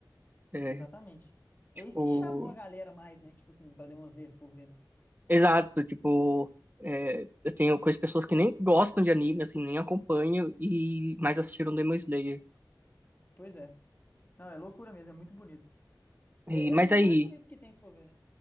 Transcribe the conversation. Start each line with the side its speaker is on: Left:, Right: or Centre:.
Right: É,
Left: exatamente. É
Right: tipo,
Left: isso que chamou a galera mais, né? Tipo assim, pra Demon Slayer, se for ver, né?
Right: exato, tipo, é, eu tenho conheço pessoas que nem gostam de anime, assim, nem acompanham, e mais assistiram Demon Slayer.
Left: Pois é. Não, é loucura mesmo, é muito bonito. É,
Right: E, mas
Left: é um dos
Right: aí,
Left: mais bonitos que tem, se for ver, né?